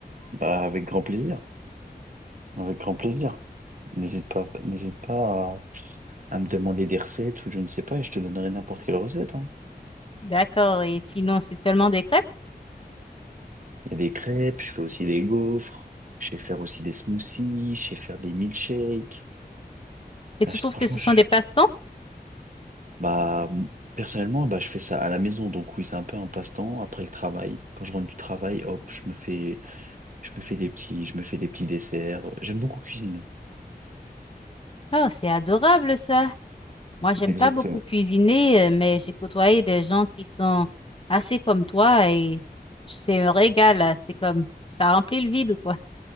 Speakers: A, on the right; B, on the left.
A: bah, avec grand plaisir. Avec grand plaisir. N'hésite pas, n'hésite pas à, à me demander des recettes ou je ne sais pas et je te donnerai n'importe quelle recette, hein.
B: D'accord, et sinon, c'est seulement des crêpes?
A: Il y a des crêpes, je fais aussi des gaufres, je sais faire aussi des smoothies, je sais faire des milkshakes.
B: Et
A: Ah,
B: tu
A: je-
B: trouves
A: franchement,
B: que ce
A: je,
B: sont des passe-temps?
A: bah, m- personnellement, bah, je fais ça à la maison. Donc oui, c'est un peu un passe-temps après le travail. Quand je rentre du travail, hop, je me fais, je me fais des petits, je me fais des petits desserts. J'aime beaucoup cuisiner.
B: Oh, c'est adorable ça. Moi, j'aime
A: Exactement.
B: pas beaucoup cuisiner, euh, mais j'ai côtoyé des gens qui sont assez comme toi et c'est un régal. euh, C'est comme ça remplit le vide ou quoi.